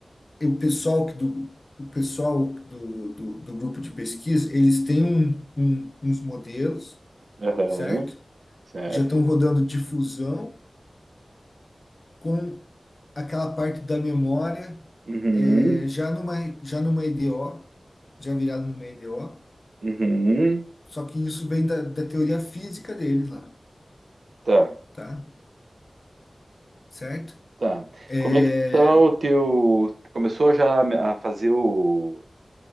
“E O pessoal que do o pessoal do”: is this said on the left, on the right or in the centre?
Left